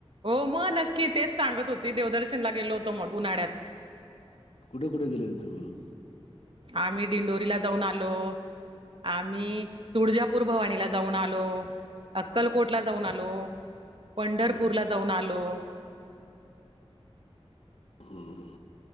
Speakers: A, on the right; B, on the left.
A: हो मग नक्की तेच सांगत होती देवदर्शनला गेलो होतो मग उन्हाळ्यात.
B: कुठे कुठे गेले होते तुम्ही?
A: आम्ही डिंडोरीला जाऊन आलो. आम्ही तुळजापूर भवानीला जाऊन आलो. अक्कलकोटला जाऊन आलो, पंढरपूरला
B: हं,
A: जाऊन आलो.
B: हम्म हम्म.